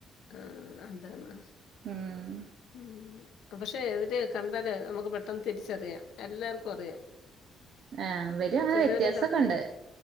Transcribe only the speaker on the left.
ആഹ് അതാണ്
ഉം പക്ഷേ ഇവര് കണ്ടാലേ നമുക്ക് പെട്ടെന്ന് തിരിച്ചറിയാം എല്ലാർക്കും അറിയാം
ചിലരെ
ക